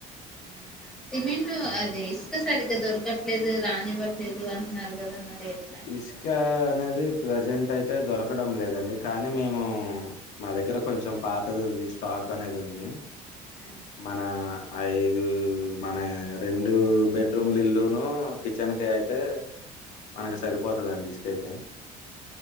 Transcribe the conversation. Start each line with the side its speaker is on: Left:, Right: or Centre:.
Centre: ఆ, సిమెంట్
Left: హ్మ్.
Centre: అదే ఇసుక సరి ఇ దొరకట్లేదు రానివ్వట్లేదు అంటున్నారు కదా మరి ఎట్లా
Left: ఇస్కా అనేది ప్రజెం ట్ అయితే దొరకడం లేదండి కానీ మేము మా దగ్గర కొంచెం పాతది ఉంది స్టాక్ అనేది ఉం దే
Centre: ఆ,
Left: మన ఐదు మన రెండు బెడ్రూమ్ల ఇల్ల్లోనో కిచ్ చన్ అయితే మనకి
Centre: ఆ, ఆ.
Left: సరిపోతుందిండి ఇస్కైతే